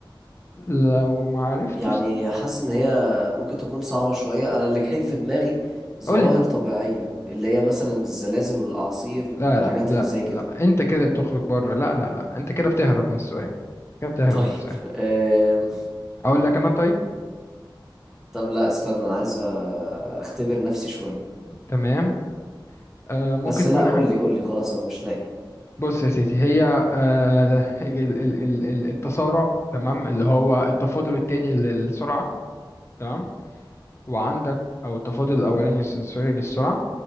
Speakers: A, on the left; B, in the centre.
A: لو ما عرفتش
B: يعني حاسس ان هي ممكن تكون صعبة شوية انا اللي جاي في دماغي ظواهر
A: قول لي
B: طبيعية اللي هي مثلا الزلازل والاعاصير والحاجات
A: لا لا لا
B: اللي زي
A: لا
B: كده
A: انت كده بتخرج بره لا لا لا انت كده بتهرب من السؤال كده بتهرب
B: طيب
A: من السؤال
B: آم،
A: اقول لك انا طيب
B: طب لا استنى عايز اختبر نفسي شوية
A: تمام آه ممكن
B: بس
A: تكون
B: لا قول
A: حاجة
B: لي قول لي خلاص انا مش لاقي
A: بص يا سيدي هي آه ده- ال- ال- ال- ال- التسارع تمام اللي هو التفاضل التاني للسرعة تمام وعندك أو التفاضل الأولاني س- سوري للسرعة